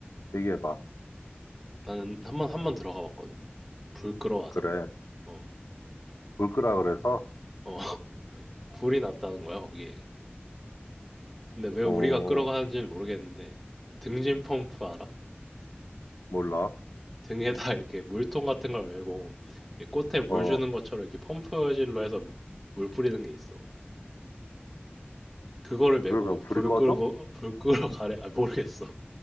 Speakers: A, on the left (about 80°); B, in the centre.
A: 얘기해봐.
B: 나는 한 번, 한 번 들어가 봤거든. 불 끌어와서.
A: 그래.
B: 어,
A: 불 끄라 그래서?
B: 어, <laughs> 불이 났다는 거야, 거기에. 근데 왜
A: 어,
B: 우리가 끌어가는지는 모르겠는데, 등진 펌프 알아?
A: 몰라.
B: 등에다 <laughs> 이렇게 물통 같은 걸 메고 이렇게 꽃에 물
A: 어,
B: 주는 것처럼 이렇게 펌프질로 해서 물 뿌리는 게 있어. 그거를 메고
A: 그러면 불이
B: 불을
A: 꺼져?
B: 끄고 불 끄러 가래 아 모르겠어.